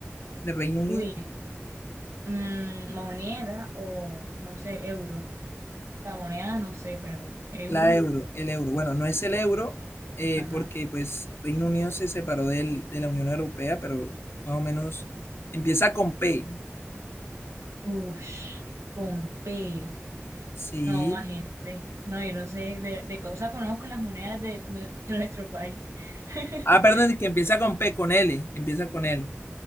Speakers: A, on the left (about 55°); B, on the right (about 80°).
A: de Reino Unido?
B: Uy, mm, moneda o, no sé, euro. La moneda, no sé, pero euro.
A: La euro, el euro. Bueno, no es el euro eh,
B: Ajá.
A: porque pues Reino Unido se separó del- de la Unión Europea, pero más o menos empieza con P.
B: Ush, con P.
A: Sí.
B: No, más gente. No, yo no sé, de, de cosa conozco las monedas de, nue- de nuestro país. <laughs>
A: Ah, perdón, que empieza con P, con L, empieza con L.